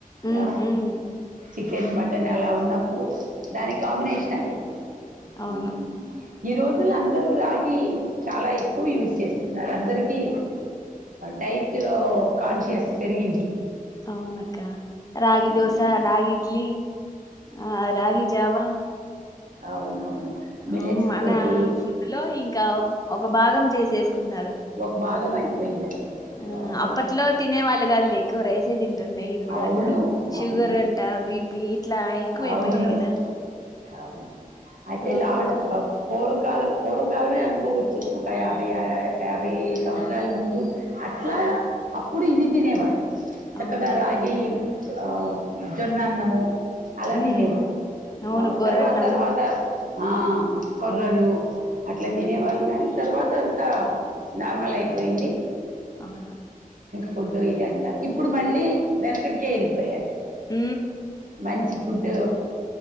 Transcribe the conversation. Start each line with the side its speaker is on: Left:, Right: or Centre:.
Left: ఉమ్
Right: ఆ
Left: ఉమ్
Right: చికెన్, మటన్ అలా ఉన్ అప్పుడు దాని కాంబినేషన్ అది
Left: అవును
Right: మ్మ్. ఈ రోజుల్లో అందరూ రాగి చాలా ఎక్కువ యూజ్ చేస్తున్నారు. అందరికీ డైట్ కాన్షియస్ పెరిగింది.
Left: అవునక్క రాగి
Right: మ్మ్.
Left: దోశ, రాగిడ్లి ఆ రాగి జావా
Right: అవునవును మిల్లెట్
Left: ఆ, మన
Right: తోటి
Left: ఫుడ్ లో ఇంకా ఒక భాగం చేసే కుమారు
Right: ఒక భాగం అయిపోయింది అసలు అది.
Left: ఆ
Right: ఆయ్.
Left: అప్పట్లో తినే వాళ్ళు కాదుు ఎక్కువ రైసే తింటుండే ఇప్పుడు
Right: అవును
Left: అన్ని షుగర్
Right: అవును
Left: అంట, బీపి ఇట్లా ఎక్కువయిపోయాయి
Right: అవును
Left: కదా.
Right: అవును అయితే
Left: సో
Right: లాన్
Left: అందుకు
Right: పోరు కాలం పూర్వకాలమే అనుకోవచ్చు ఒక యాభై యాభై సంవత్సరాల ముందు అట్లా
Left: ఆ
Right: అప్పుడు ఇది తినేవాళ్ళు చక్కగా
Left: అవునవును
Right: రగి ఆ జొన్నా అన్నము అలా
Left: ఉమ్
Right: తినేవాళ్ళు
Left: అవును
Right: ఆ
Left: కొరన్నము
Right: తర్వాత తర్వాత ఆా కొర్రలు
Left: అవును
Right: అట్లా
Left: ఉమ్
Right: తినేవాళ్ళు గాని తర్వాత అంతా నార్మల్ అయిపోయింది
Left: అవును
Right: ఫుడ్డు ఇదంతా ఇప్పుడు మళ్ళీ వెనకటికే వెళ్ళిపోయారు.
Left: ఉ
Right: మంచి ఫుడ్